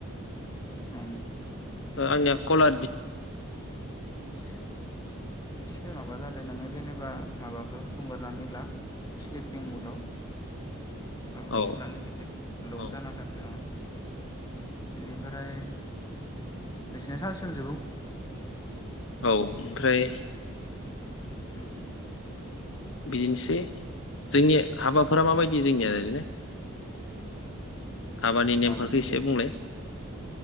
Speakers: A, on the left (about 15°); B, on the left (about 60°).
A: ओं
B: ओ आंनिया कला <unintelligible> खोमा
A: नोंसिनो माबा जादों नोंङो जेनेबा माबाखौ खोमोरनानै ब्ला स्लिपिं मुदाव माबाखौ
B: औ
A: थुनानै होलै लक
B: औ
A: जाना थाथों ओ बेनिफ्राय नोंसिना सा <unintelligible>
B: औ ओमफ्राय
A: उम
B: बिदिनोसै जोंनि हाबाफोरा माबायदि जोंनिया ओरैनो हाबानि
A: माबाया
B: नेमफोरखौ
A: बे
B: एसे बुंलाय?